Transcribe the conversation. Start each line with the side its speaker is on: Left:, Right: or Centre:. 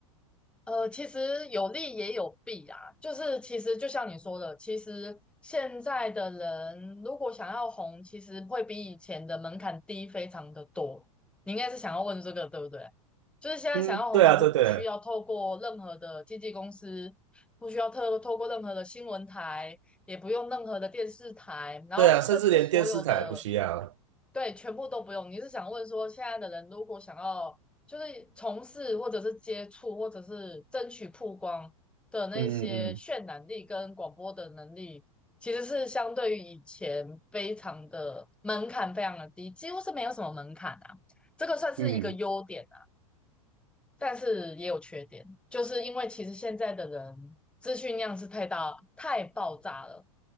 Centre: 呃，其实有利也有弊啊，就是其实就像你说的，其实现在的人如果想要红，其实会比以前的门槛低非常的多。你应该是想要问这个，对不对？就是现在想要红，
Right: 嗯对啊，
Centre: 其实不需要透过任何的经纪公司，
Right: 对对
Centre: 不需要透透过任何的新闻台，也不用任何的电视台，然后甚至所有的，
Right: 对啊，甚至连电视台也不需要，
Centre: 对，全部都不用。你是想问说，现在的人如果想要就是从事或者是接触或者是争取曝光的那些渲染力跟广播的能力，
Right: 嗯嗯
Centre: 其实是相对于以前非常的门槛非常的低，几乎是没有什么门槛啊。这个算是一个优点啊，
Right: 嗯嗯
Centre: 但是也有缺点，就是因为其实现在的人资讯量是太大太爆炸了，